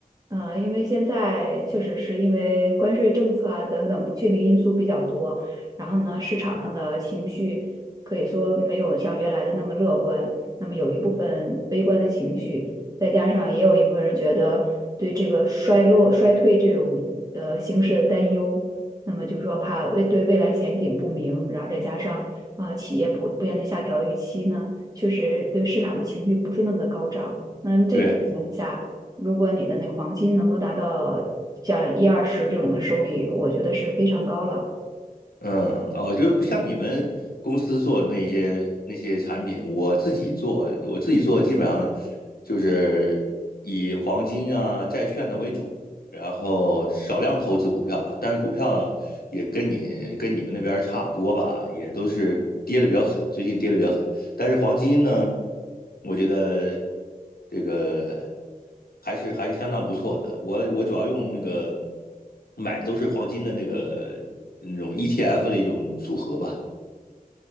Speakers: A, on the right (about 25°); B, on the left (about 85°).
A: 呃，因为现在确实是因为关税政策啊等等不确定因素比较多，然后呢，市场上的情绪可以说没有像原来的那么乐观，那么有一部分悲观的情绪，再加上也有一部分人觉得对这个衰落、衰退这种呃形势的担忧，那么就说怕未对未来前景不明，然后再加上啊、呃企业普遍的下调预期呢。确实对市场的情绪不是那么的高涨。那这种情况下，
B: 对，
A: 如果你的那个黄金能够达到像一二十这种的收益，我觉得是非常高了。
B: 嗯，我觉得不像你们公司做的那些那些产品，我自己做，我自己做基本上就是以黄金啊、债券呢、为主，然后少量投资股票吧。但是股票也跟你跟你们那边儿差不多吧，也都是跌的比较狠，最近跌的比较狠。但是黄金呢，我觉得这个还是还是相当不错的。我我主要用那个买的都是黄金的那个那种 ETF 的一种组合吧。